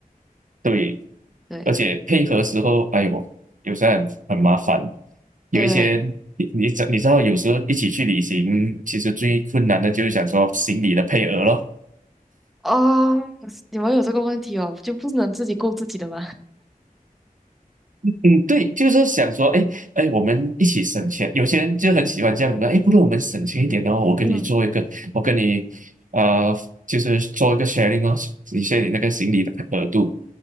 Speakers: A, on the right; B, in the centre.
A: 对，
B: 对
A: 而且配合时候，哎呦，有时候很很麻烦。有一些你你知你知道，
B: 对，
A: 有时候一起去旅行，其实最困难的就是想说行李的配额咯。
B: 哦，你们有这个问题哦，就不能自己顾自己的吗？
A: 嗯，对，就是想说，哎哎，我们一起省钱。有些人就很喜欢这样的，哎，不如我们省钱一点哦，我跟你做一个，
B: <laughs> 嗯
A: 我跟你呃，就是做一个 sharing 哦，你 s h 你那个行李的额度。